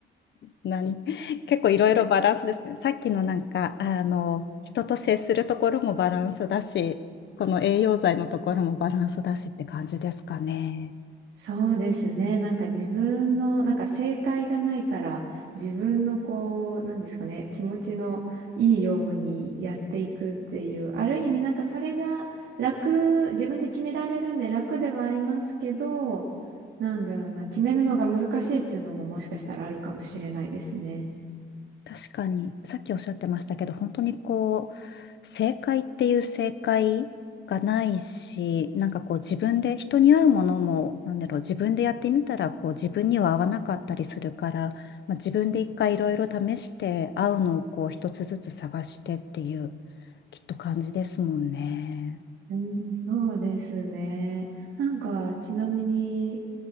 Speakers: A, on the left; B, on the right.
A: 何 <laughs> 結構いろいろバランスですね。さっきのなんか、あの、人と接するところもバランスだし、この栄養剤のところもバランスだしって感じですかね。
B: そうですね。なんか自分の、なんか正解がないから、自分のこう、なんですかね、気持ちのいいようにやっていくっていう、ある意味なんかそれが楽、自分で決められるんで楽ではありますけど、なんだろうな、決めるのが難しいっていうのももしかしたらあるかもしれないですね。
A: 確かに、さっきおっしゃってましたけど、本当にこう、正解っていう正解がないし、なんかこう自分で、人に合うものも、なんだろう、自分でやってみたら、こう自分には合わなかったりするから、まあ、自分で一回いろいろ試して、合うのをこう一つずつ探してっていう、きっと感じですもんね。
B: うん、そうですね。なんか、ちなみに、